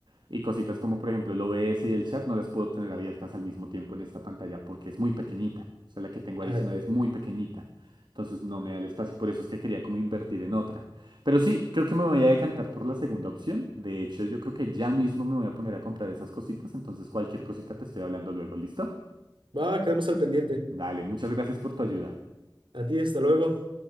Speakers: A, on the right (about 70°); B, on the right (about 85°).
A: y cositas como por ejemplo el OBS y el chat no las puedo tener abiertas al mismo tiempo en esta pantalla porque es muy pequeñita. O sea, la que tengo
B: Ah,
A: adicional
B: ya,
A: es
B: ya.
A: muy
B: ya.
A: pequeñita. Entonces no me da el espacio, por eso es que quería como invertir en otra. Pero sí, creo que me voy a decantar por la segunda opción. De hecho, yo creo que ya mismo me voy a poner a comprar esas cositas, entonces cualquier cosita te estoy hablando luego, ¿listo?
B: Va, quedamos al pendiente.
A: Dale, muchas gracias por tu ayuda.
B: A ti, hasta luego.